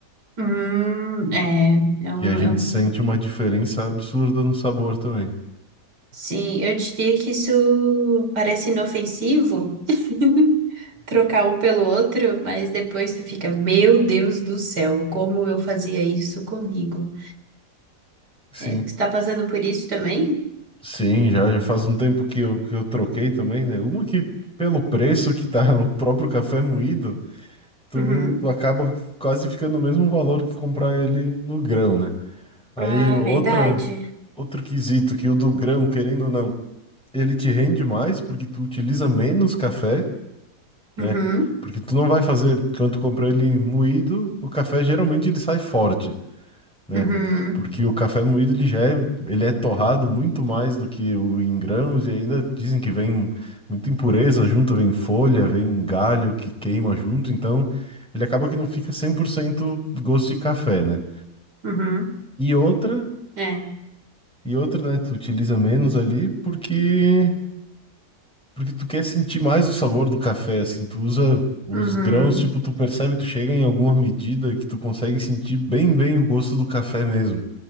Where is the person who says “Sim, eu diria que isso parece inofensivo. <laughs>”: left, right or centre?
Right